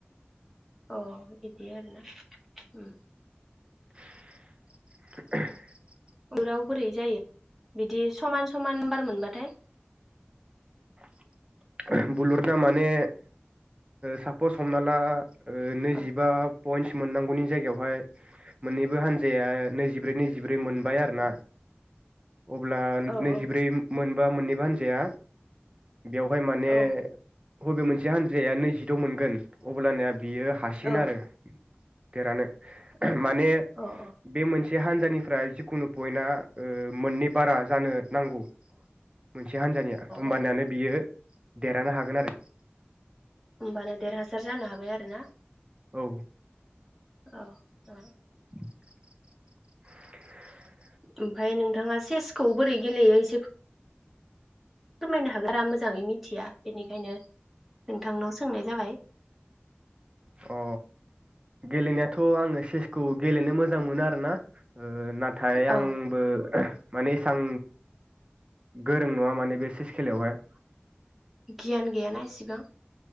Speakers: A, in the centre; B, on the right (about 25°).
A: अ बिदि आरो ना उम
B: <inaudible>
A: लुराव बोरै जायो बिदि समान समान बार मोनबाथाय
B: <inaudible> बुलुना माने सापस हमना ला ओ नैजिबा
A: औ
B: पइन्टस मोननांगौनि जायगायावहाय मोननैबो हान्जाया नैजिब्रै नैजिब्रै मोनबाय आरो ना अब्ला
A: औ
B: नैजिब्रै
A: औ
B: मोन बा मोननैबो हान्जाया बेवहाय माने
A: औ
B: हबे मोनसे हानजाया नैजिद' मोनगोन अब्लानिया बियो हासिगोन
A: औ
B: आरो देरहानो
A: अ
B: माने
A: अ अ
B: बे मोन से हानजानिफ्राय जिखुनु पयन्टआ ओ मोननै बारा जानो नांगौ मोनसे हान्जानिया होमबानियानो
A: अ
B: बियो देरहानो हागोन आरो <inaudible>
A: होमबानो देरहासार जानो हाग फाय आरोना
B: औ
A: औ ओ
B: <unintelligible>
A: उम ओमफाय नोंथाङा चेसखौ बोरै गेलेयो एसे फोरमायनो हागोरा मोजाङै मिथिया बेनिखायनो नोंथांनाव सोंनाय जाबाय
B: अ गेलेनायाथ' आङो चेसखौ गेलेनो मोजां मोनो आरो ना ओ नाथाय
A: औ
B: आंबो माने एसां गोरों नङा माने बे चेस खेलायावहाय
A: गियान गैयाना इसेबां